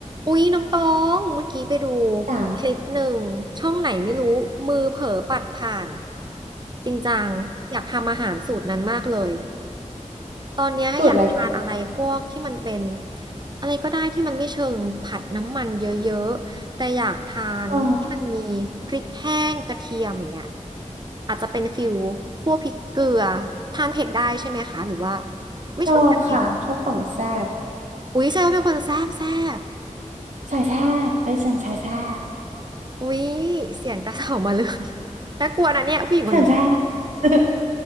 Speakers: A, on the right; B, on the right.
A: อุ๊ยน้องตองเมื่อกี้ไปดู
B: จ๋า
A: คลิปหนึ่งช่องไหนไม่รู้มือเผลอปัดผ่านจริงจังอยากทำอาหารสูตรนั้นมากเลยตอนเนี้ยอยากทานอะไรพวกที่มันเป็น
B: <gasps> จูดอะไรจ๋า
A: อะไรก็ได้ที่มันไม่เชิงผัดน้ำมันเยอะๆแต่อยากทานที่มันมีพริกแห้งกระเทียมอย่างเงี้ย
B: อ๋อ
A: อาจจะเป็นฟิลคั่วพริกเกลือทานเผ็ดได้ใช่ไหมคะหรือว่าไม่ชอบทานเผ็ด
B: ชอบค่ะชอบของแซ่บ
A: อุ๊ยแซวาเป็นคนแซ่บแซ่บ
B: สายแซ่บไปเซิร์นสายแซ่บ
A: อุ๊ยเสียงกระเสอบมาเลย <laughs> น่ากลัวนะเนี่ยผู้หญิงคนนี้
B: แซ่บแซ่บ <laughs>